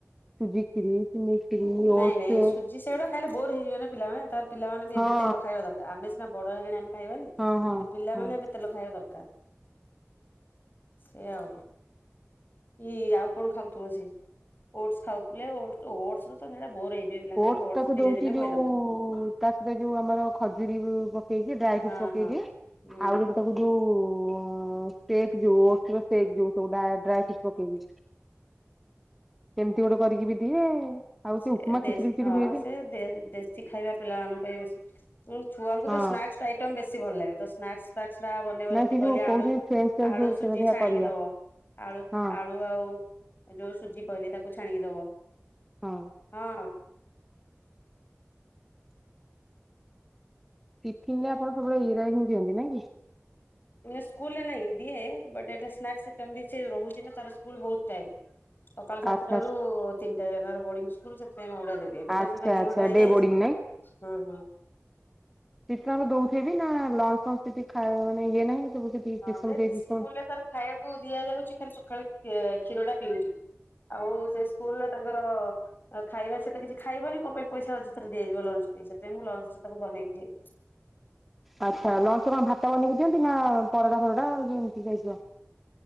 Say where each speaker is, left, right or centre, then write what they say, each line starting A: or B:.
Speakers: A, in the centre; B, on the left.
A: ସୂଜିଖିରି, ଇ ଟିଲି, ରୁଟି, ମିଲ୍କ
B: ନାଇଁ ନାଇଁ ସୁଜି ସେଗୁଡା ଖାଇଲେ ବୋର ହେଇଯିବେ ନା ପିଲାମାନେ ତାପରେ ପିଲାମାନେ ବି
A: ହଁ।
B: ଏବେ ତେଲ ଖାଇବା ଦରକାର। ଆମେ ସିନା ବଡ଼ ହେଲେଣି ମଃ ଖାଇବାନି
A: ହଁ
B: କିନ୍ତୁ
A: ହଁ
B: ପିଲାମାନେ
A: ହଁ
B: ଏବେ ତେଲ ଖାଇବା ଦରକାର। ସେ ଆଉ କି ଆଉ କଣ ଖାଉଥିବ ସେ ଓଡ଼ସ ଖାଉଥିଲେ ଓଡ଼ସ ବୋର <unintelligible>
A: ଓଡ଼ସ
B: ଓଟସ
A: ଟାକୁ
B: ଦିନେ
A: ଦଉଛି
B: ଦିନେ
A: ଯୋଉ
B: ଖୋଇଦବ
A: ତା ସହିତ ଯୋଉ ମର ଖଜୁରୀ ପକେଇ ଡ୍ରାଇ ଫ୍ରୁଟ
B: ହଁ
A: ପକେଇ
B: ହଁ।
A: ଦିଏ।
B: ହୁଁ
A: ଆଉ ଏ ତାକୁ ଯୋଉ ଉ ଟେକ୍ ଯୋଉ ଯୋଉଟା ଡ୍ରାଇଫ୍ରୁଟ ପକେଇଛି। ସେମିତି କି ଗୋଟେ କରିକିରି ଦିଏ ଆଉ
B: ସେ
A: ଉପମା
B: ଦେସ୍
A: ଖିଚିଡି ଫିଚିଡି
B: ହଁ।
A: ହୁଏ ବି
B: ସେ ଦେଶୀ ଖାଇବା ପିଲାମାନଙ୍କ ପାଇଁ ବେଶୀ ଉଁ ଛୁଆଙ୍କୁ
A: ହଁ
B: ତ ସ୍ନାକ୍ସ ଆଇଟମ ବେଶୀ ଭଲ ଲାଗେ ତ- ନାକ୍ସ ପାର୍ଟ ବନେଇବ
A: ନାଇଁ
B: ଯେମିତି
A: ସେ
B: କହିଲେ
A: ଯୋଉ
B: ଆଳୁ!
A: କହୁଛନ୍ତି ଫ୍ରେଞ୍ଚ ଫ୍ରାଇଜ
B: ଆଳୁ
A: ଯୋଉ
B: ସୁଜି
A: ସେ ବୋଧେ
B: ଛାଣିକି
A: କରିବା
B: ଦବ? ଆଳୁ
A: ହଁ
B: ଆଳୁ ଆଉ <inaudible> ଯୋଉ ସୁଜି କହିଲି ତାକୁ ଛାଣିକି ଦବ।
A: ହଁ
B: ହଁ?
A: ଟିଫିନ୍ ରେ ଆପଣ ସବୁବେଳେ ଏଇରା ହ୍ନି ଦିଅନ୍ତି। ନାଁ କି?
B: ଇଏ ସ୍କୁଲ ରେ ନାଇଁ। ଦିଏ ବଟ୍ ଏଟା ସ୍ନାକସ୍ ଆଇଟମ୍ ରଉଛି ନା ତାର ସ୍କୁଲ ବୋହୁତ ଟାଇମ୍। ସକାଳୁ ସାତଟ
A: ଆଚ୍ଛା
B: ରାରୁ ତିନିଟା ଯାର ବୋର୍ଡିଙ୍ଗ ସ୍କୁଲ ସେଥିପାଇଁ <unintelligible> ଦେବି। ଏବେ ତ
A: ଆଚ୍ଛା
B: ସିନା ଦି
A: ଆଚ୍ଛା
B: ଘଣ୍ଟା ହେଇଯାଇଛି
A: ଡେ ବୋର୍ଡିଂ
B: ହଁ ହଁ।
A: ଟିକେ ଅବା ଦୋଉଥିବି ନା ଲଞ୍ଚ ଫଞ୍ଚ କିଛି ଖାଇମନେ ଇଏ ନାହିଁ। ସବୁ ସେଠି
B: ହଁ
A: ସିଷ୍ଟମ ସେଇ
B: ସ୍କୁଲରେ
A: ସିଷ୍ଟମ
B: ତାର ଖାଇବାକୁ ଦିଆଯାଉଛି। ଖା କ୍ଷୀର ଟା ପିଉଛୁ ଆଉ ସେ ସ୍କୁଲ ର ତାଙ୍କର ଖାଇବା ସହିତ କିଛି ଖାଇବନି କୋ ପାଇଁ ପଇସା ଅଯଥରେ ଦିଆଯିବ ଲଞ୍ଚ ପାଇଁ ସେଥିପାଇ ମୁଁ ଲଞ୍ଚ ତାକୁ ବନେଇକି ଦେଇଦିଏ।
A: ଆଚ୍ଛା ଲଞ୍ଚେ କଣ ଭାତ ବନେଇକି ଦିଅନ୍ତି ନା ପରଡା ଫରା ନା ଏମିତି ଖାଇବା।